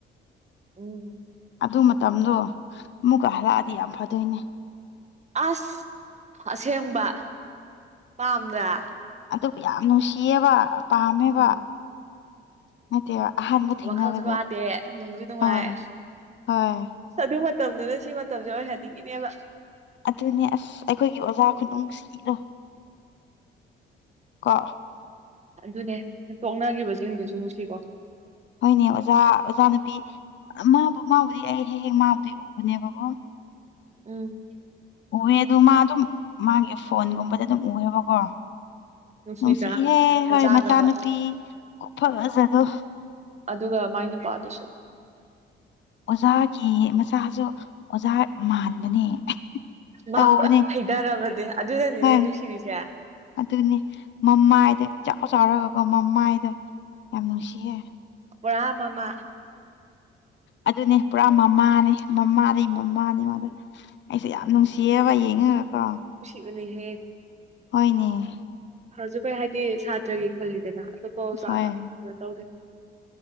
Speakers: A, on the right; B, on the left.
A: ꯎꯝ
B: ꯑꯗꯨ ꯃꯇꯝꯗꯣ ꯑꯃꯨꯛꯀ ꯍꯜꯂꯛꯑꯗꯤ ꯌꯥꯝ ꯐꯗꯣꯏꯅꯦ
A: ꯑꯁ ꯑꯁꯦꯡꯕ ꯄꯥꯝꯗ꯭ꯔꯥ
B: ꯑꯗꯨꯕꯨ ꯌꯥꯝ ꯅꯨꯡꯁꯤꯌꯦꯕ ꯄꯥꯝꯃꯦꯕ
A: ꯎꯝ
B: ꯅꯠꯇꯦꯕ ꯑꯍꯥꯟꯕ ꯊꯦꯡꯅꯕꯗ
A: ꯋꯥꯈꯜꯁꯨ ꯋꯥꯗꯦ ꯅꯨꯡꯁꯨ ꯅꯨꯡꯉꯥꯏ
B: ꯍꯣꯏ ꯍꯣꯏ
A: ꯑꯗꯨ ꯃꯇꯝꯗꯨꯅ ꯁꯤ ꯃꯇꯝꯁꯦ ꯑꯣꯏꯍꯟꯅꯤꯡꯉꯤꯅꯦꯕ
B: ꯑꯗꯨꯅꯦ ꯑꯁ ꯑꯩꯈꯣꯏꯒꯤ ꯑꯣꯖꯥ ꯈꯨꯅꯨꯡꯁꯤꯗꯣ ꯀ
A: ꯑꯗꯨꯅꯦ ꯇꯣꯛꯅꯈꯤꯕꯁꯤꯡꯗꯨꯁꯨ ꯃꯨꯁꯤꯀꯣ
B: ꯍꯣꯏꯅꯦ ꯑꯣꯖꯥ ꯑꯣꯖꯥ ꯅꯨꯄꯤ ꯃꯥꯕꯨ ꯃꯥꯕꯨꯗꯤ ꯑꯩ ꯍꯦꯛ ꯍꯦꯛ ꯃꯥꯕꯨꯗꯤ ꯎꯕꯅꯦꯕꯀꯣ
A: ꯎꯝ
B: ꯎꯑꯦ ꯑꯗꯨ ꯃꯥ ꯑꯗꯨꯝ ꯃꯥꯒꯤ ꯐꯣꯟꯒꯨꯝꯕꯗ ꯑꯗꯨꯝ ꯎꯑꯦꯕꯀꯣ
A: ꯅꯨꯡꯁꯤꯗ꯭ꯔꯥ
B: ꯅꯨꯡꯁꯤꯍꯦ
A: ꯃꯆꯥꯒꯗꯣ
B: ꯍꯣꯏ ꯃꯆꯥꯅꯨꯄꯤ ꯀꯐꯖꯗꯣ
A: ꯑꯗꯨꯒ ꯃꯥꯏ ꯅꯨꯄꯥꯗꯨꯁꯨ
B: ꯑꯣꯖꯥꯒꯤ ꯃꯆꯥꯁꯨ ꯑꯣꯖꯥ ꯃꯥꯟꯕꯅꯦ
A: ꯃꯍꯥꯛ
B: ꯇꯧꯕꯅꯦ
A: ꯄꯨꯔꯥ ꯍꯩꯊꯔꯕꯅꯦ ꯑꯗꯨꯅꯅꯤꯅꯦ
B: ꯍꯣꯏ
A: ꯅꯨꯡꯁꯤꯔꯤꯁꯦ
B: ꯑꯗꯨꯅꯤ ꯃꯃꯥꯏꯗꯣ ꯏꯆꯥꯎ ꯆꯥꯎꯔꯒꯀꯣ ꯃꯃꯥꯏꯗ ꯌꯥꯝ ꯅꯨꯡꯁꯤꯌꯦ
A: ꯄꫭꯔꯃꯃ
B: ꯑꯗꯨꯅꯦ ꯄꫭꯔꯥ ꯃꯃꯥꯅꯦ ꯃꯃꯥ ꯂꯩ ꯃꯃꯥꯅꯦ ꯃꯥꯗ ꯑꯩꯁꯦ ꯌꯥꯝ ꯅꯨꯡꯁꯤꯌꯦꯕ ꯌꯦꯡꯉꯒꯀꯣ
A: ꯅꯦꯍꯦꯛ
B: ꯍꫭꯏꯅꯦ
A: ꯍꯧꯖꯤꯛ ꯈꫭꯏꯍꯥꯏꯗꯤ ꯁꯥꯇ꯭ꯔꯒꯤ ꯈꯜꯂꯤꯗꯅ ꯑꯇꯣꯞꯄ ꯑꯣꯖꯥꯒ
B: ꯍꯣꯏ
A: ꯀꯩꯅꯣ ꯇꯧꯗꯦ